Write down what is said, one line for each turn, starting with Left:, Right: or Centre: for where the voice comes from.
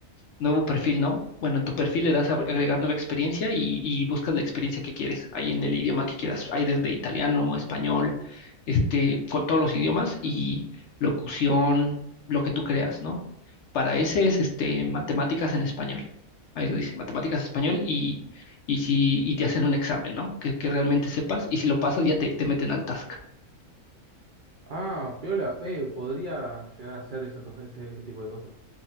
Left: nuevo perfil, ¿no? Bueno, en tu perfil le das a agregar nueva experiencia y, y buscas la experiencia que quieres, ahí en el idioma que quieras. Hay desde italiano, español, este, con todos los idiomas y locución, lo que tú creas, ¿no? Para ese es este, matemáticas en español. Ahí lo dice, matemáticas español y, y si y te hacen un examen, ¿no? Que, que realmente sepas y si lo pasas ya te, te meten al task.
Right: Ah, piola, eh, podría llegar a hacer esas cosas, ese, ese tipo de cosas.